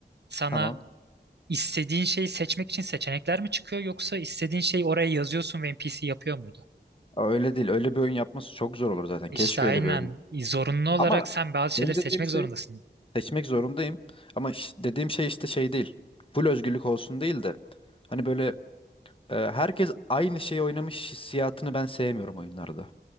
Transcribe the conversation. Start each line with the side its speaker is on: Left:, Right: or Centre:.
Right: Sana
Left: Tamam.
Right: istediğin şeyi seçmek için seçenekler mi çıkıyor yoksa istediğin şeyi oraya yazıyorsun ve NPC yapıyor muydu?
Left: Aa, Öyle değil. Öyle bir oyun yapması çok zor olur zaten.
Right: İşte
Left: Keşke
Right: aynen
Left: öyle bir oyun.
Right: zorunlu olarak
Left: Ama
Right: sen bazı şeyleri
Left: benim
Right: seçmek
Left: dediğim şey
Right: zorundasın.
Left: Seçmek zorundayım. Ama iş- dediğim şey işte şey değil. Full özgürlük olsun değil de. Hani böyle e, herkes aynı şeyi oynamış hissiyatını ben sevmiyorum oyunlarda.